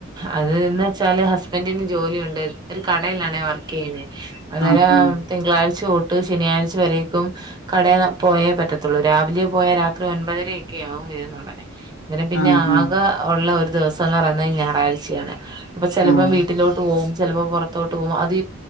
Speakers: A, on the right; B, on the left.
A: അത്ന്ന് വെച്ചാല് ഹസ്ബൻറിന് ജോലിയുണ്ട് ഒരു കടയിലാണ് വ ർക്ക് ചെയ്യത അന്നേരം
B: ആഹ് ആഹ്.
A: തിങ്കളാഴ്ച തൊട്ട് ശനിയാഴ്ച വരേക്കും കടയ പോയേ പറ്റത്തുള്ളൂ രാവിലെ പോയാൽ രാത്രി ഒൻപതരൊക്കെ ആകും വരുനണ്ടന ടനെ ഇങ്ങെ പിന്നെ
B: ആഹ് ആഹ്.
A: ആകെ ഉള്ള ഒരു ദെവസം എന്ന് പറയുന്നത് ഞായറാഴ്ചയാണ് അപ്പൊ ചെലപ്പോം
B: ആഹ്.
A: വീട്ടിലോട്ട് ചെലപ്പം പോകും ചെലപ്പോ പുറത്തോട്ട് പോകും അത്